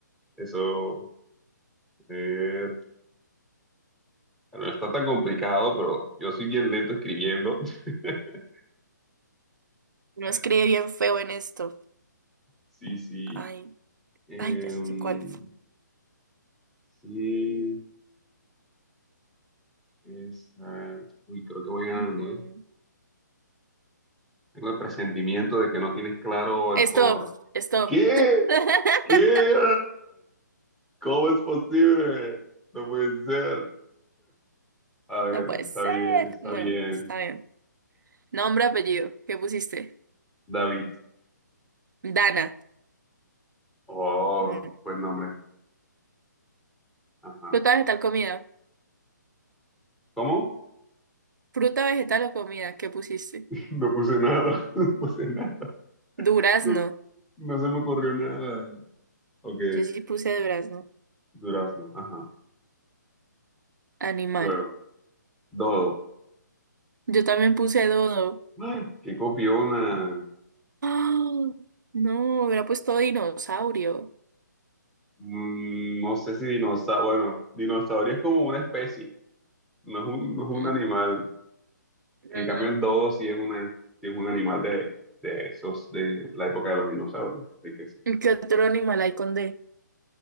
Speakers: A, in the centre; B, on the right.
A: Eso eh, no está tan complicado, pero yo soy bien lento escribiendo. <laughs>
B: Uno
A: Eh,
B: escribe bien feo en esto.
A: sí, sí.
B: Ay,
A: Em,
B: ay, ya sé cuál.
A: sí, es, eh, uy, creo que voy ganando,
B: Mm,
A: ¿eh? Tengo el presentimiento de que no tienes claro el color.
B: Stop, stop.
A: ¿Qué?
B: <laughs>
A: ¿Qué? ¿Cómo es posible? No puede ser. A ver,
B: No puede ser.
A: está bien, está
B: Bueno,
A: bien.
B: está bien. Nombre, apellido. ¿Qué pusiste?
A: David.
B: Dana.
A: Oh,
B: Bueno.
A: buen nombre. Ajá.
B: Fruta, vegetal, comida.
A: ¿Cómo?
B: Fruta, vegetal o comida. ¿Qué pusiste?
A: No puse nada, <laughs> no puse nada.
B: Durazno.
A: No, no se me ocurrió nada. Ok,
B: Yo sí puse durazno.
A: durazno. Ajá.
B: Animal.
A: Luego, dodo.
B: Yo también puse dodo.
A: ¡Ah! ¿Qué copiona?
B: ¡Ah! No, hubiera puesto dinosaurio.
A: Mm, no sé si dinosaurio. Bueno, dinosaurio es como una especie, no es un, no es un
B: Mm,
A: animal.
B: mm.
A: En cambio, el dodo sí es una, sí es un animal de, de esos, de la época de los dinosaurios. Así que sí.
B: ¿Qué otro animal hay con D?